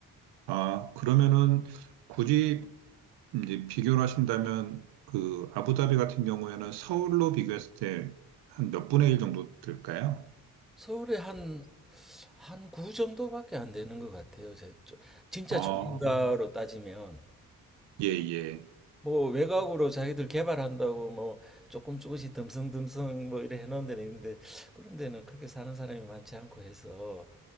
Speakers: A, on the right; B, in the centre.
A: 아, 그러면은 굳이 이제 비교를 하신다면 그 아부다비 같은 경우에는 서울로 비교했을 때 한 몇 분의 일 정도 될까요?
B: 서울에 한 한 구 정도밖에 안 되는 것 같아요. 제- 저- 진짜
A: 아,
B: 조인가로 따지면
A: 예, 예.
B: 뭐 외곽으로 자기들 개발한다고 뭐 조금 조금씩 듬성듬성 뭐 이래 해놓은 데는 있는데 그런 데는 크게 사는 사람이 많지 않고 해서